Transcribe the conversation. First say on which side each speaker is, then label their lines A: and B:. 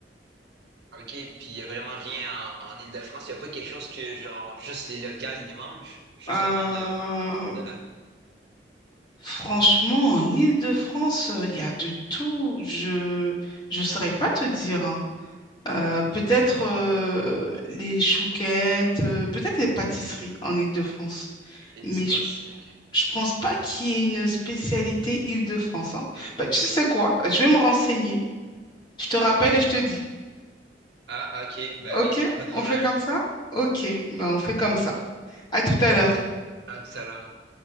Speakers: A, on the right; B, on the left.
A: Ok, puis il y a vraiment rien en, en Île-de-France. Il n'y a pas quelque chose que, genre, juste les locales, ils mangent? Juste
B: Euh,
A: le monde euh, de là?
B: franchement, en Île-de-France, euh, il y a de tout. Je je saurais pas te dire. hein. Euh, peut-être euh, les chouquettes, euh, peut-être les pâtisseries en Île-de-France.
A: Des
B: Mais
A: petites
B: je,
A: pâtisseries, ok.
B: je pense pas qu'il y ait une spécialité Île-de-France. hein. Bah, tu sais quoi? Je vais me renseigner. Je te rappelle et je te dis.
A: Ah, ok, ben
B: OK?
A: oui, pas de
B: On
A: problème.
B: fait comme ça? OK. Bah, on fait comme ça. À tout à l'heure.
A: À tout à l'heure.